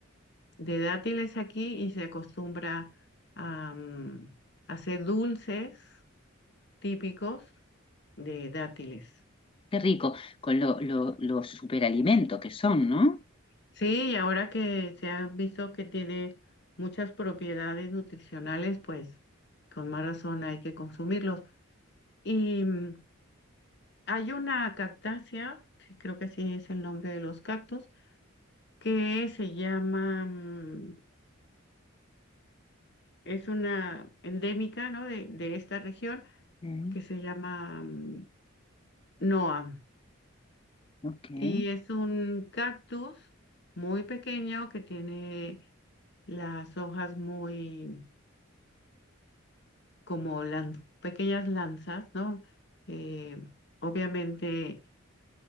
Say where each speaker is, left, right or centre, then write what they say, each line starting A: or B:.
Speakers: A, on the left (about 50°); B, on the left (about 25°).
A: de dátiles aquí y se acostumbra a mm, hacer dulces típicos de dátiles.
B: Qué rico, con lo, lo- los superalimento que son, ¿no?
A: Sí, y ahora que se ha visto que tiene muchas propiedades nutricionales, pues con más razón hay que consumirlos. Y mm, hay una cactácea, sí, creo que sí es el nombre de los cactus, que se llama, mm, es una endémica, ¿no? de, de esta región
B: Mm,
A: que se llama mm, Noam.
B: ok.
A: Y es un cactus muy pequeño que tiene las hojas muy como lan- pequeñas lanzas, ¿no? Eh, obviamente